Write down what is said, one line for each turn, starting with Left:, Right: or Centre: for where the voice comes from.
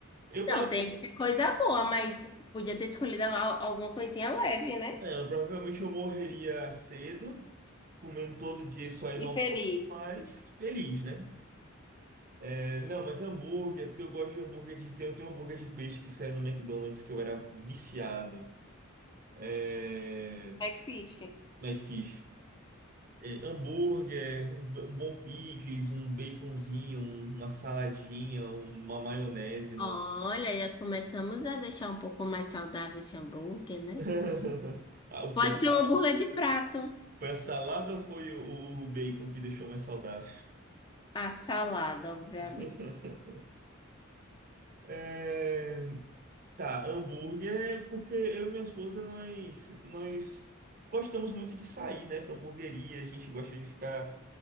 Right: Eu
Left: Não, tem que ser coisa boa, mas podia ter escolhido al- alguma coisinha leve, né?
Right: É, provavelmente eu morreria cedo, comendo todo dia isso aí
Left: E
Right: no almoço,
Left: feliz.
Right: mas feliz, né? É, não, mas hambúrguer, porque eu gosto de hambúrguer de. Tem, tem um hambúrguer de peixe que saiu no McDonald's que eu era viciado. É,
Left: Backfish.
Right: McFish. É, hambúrguer, um, b- um bom picles, um baconzinho, um- uma saladinha, uma maionese, nossa.
Left: Olha, já começamos a deixar um pouco mais saudável esse hambúrguer, né?
Right: <laughs> Ah, o
Left: Pode
Right: que? A sa-
Left: ser um hambúrguer de prato.
Right: Foi a salada ou foi o, o o bacon que deixou mais saudável?
Left: A salada, obviamente.
Right: <laughs> É. Tá, hambúrguer, é porque eu e minha esposa, nós, nós gostamos muito de sair, né, pra hamburgueria, a gente gosta de ficar,